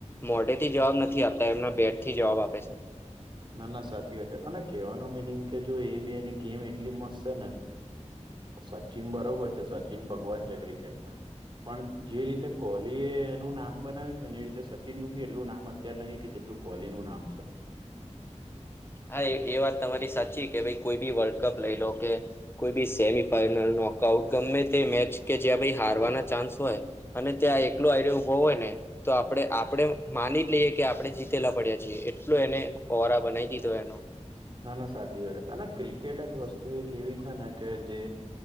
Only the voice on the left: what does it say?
મોઢે થી જવાબ નથી આપતા એમના બેટ થી જવાબ આપે છે.
હા એ વાત તમારી સાચી કે ભાઈ કોઈ બી વર્લ્ડ કપ લઈ લો કે કોઈ બી સેમી ફાઈનલ નોકઆઉટ ગમે તે મેચ કે જ્યાં ભ હારવાના ચાન્સ હોય. અને ત્યાં એકલું આઈડિયા ઉભો હોય ને. તો આપણે આપડે માની જ લઈએ કે આપડણે જીતેલા પડ્યા છીએ એટલો એને કોહરા બનાવી દીધ એવાનો